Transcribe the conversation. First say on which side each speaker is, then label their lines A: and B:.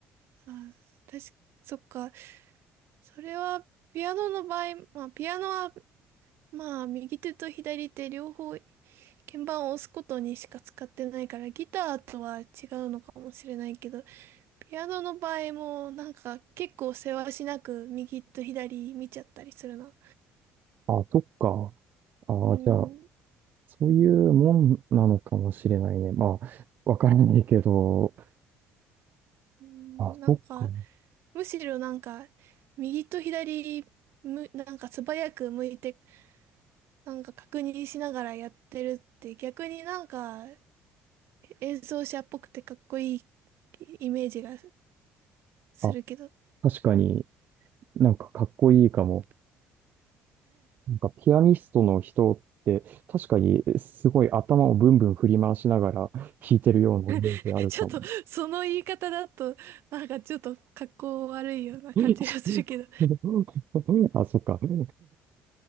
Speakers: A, on the right; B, on the right.
A: あ、確か、そっか。それは、ピアノの場合、まあ、ピアノは、まあ、右手と左手両方、鍵盤を押すことにしか使ってないから、ギターとは違うのかもしれないけど、ピアノの場合も、なんか、結構せわしなく、右と左見ちゃったりするな。
B: あ、そっか。あ、
A: うーん、
B: じゃあ、
A: う
B: そういうもんなのかもしれないね。まあ、わからないけど、
A: ーんなんか、
B: あ、そっか。
A: むしろなんか、右と左、む、なんか素早く向いて、なんか確認しながらやってるって逆になんか演奏者っぽくてかっこいいイメージがするけど、
B: あ、確かになんかかっこいいかも。なんかピアニストの人って確かにすごい頭をブンブン振り回しながら弾いてるようなイメージあるかも。
A: <laughs> ちょっとその言い方だと、なんかちょっと格好悪いような感じがするけど、
B: <laughs> あ、そっか。<laughs>